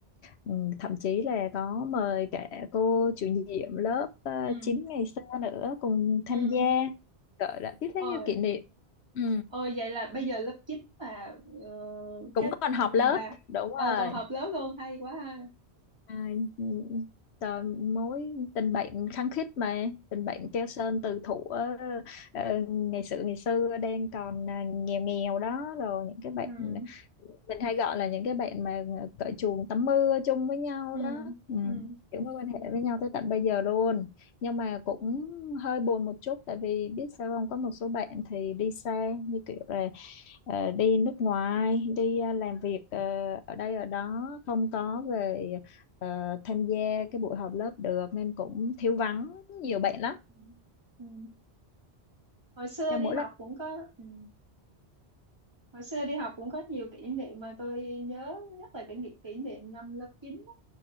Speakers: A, on the left; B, on the right.
A: ừm, thậm chí là có mời cả cô chủ nhiệm lớp uh,
B: ừ
A: 9 ngày xưa nữa cùng tham
B: ừ
A: gia gọi là biết bao
B: ôi
A: nhiêu kỷ niệm ừ.
B: ôi vậy là bây giờ lớp 9 mà ờ,
A: cũng
B: các
A: còn họp
B: ừ,
A: lớp
B: bà
A: đúng rồi
B: ờ còn họp lớp luôn hay quá ha
A: À, trời, mối tình bạn khăng khít mà tình bạn keo sơn từ thuở ờ, ờ, ngày xưa ngày xưa đang còn à, nghèo nghèo đó rồi những cái bạn
B: ừ
A: mình hay gọi là những cái bạn mà ờ, cởi chuồng tắm mưa chung với nhau
B: ừ
A: đó ừ.
B: ừ
A: những mối quan hệ với nhau tới tận bây giờ luôn nhưng mà cũng hơi buồn một chút tại vì biết sao không có một số bạn thì đi xa như kiểu là ờ, đi nước ngoài đi ờ, làm việc ờ, ở đây ở đó không có về ờ, tham gia cái buổi họp lớp được nên cũng thiếu vắng nhiều bạn lắm
B: ừ ừ. hồi xưa
A: nhưng
B: đi
A: mỗi
B: học
A: lần
B: cũng có ừ. hồi xưa đi học cũng có nhiều kỷ niệm mà tôi nhớ rất là kỷ niệm kỷ niệm năm lớp 9 á,